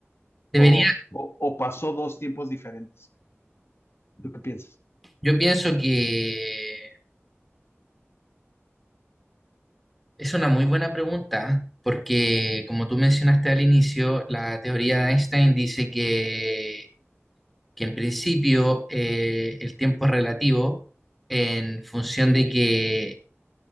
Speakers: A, in the centre; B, on the left.
A: Debería,
B: O, o, o pasó dos tiempos diferentes. ¿Tú qué piensas?
A: yo pienso que Es una muy buena pregunta, porque como tú mencionaste al inicio, la teoría de Einstein dice que, que en principio eh, el tiempo es relativo en función de que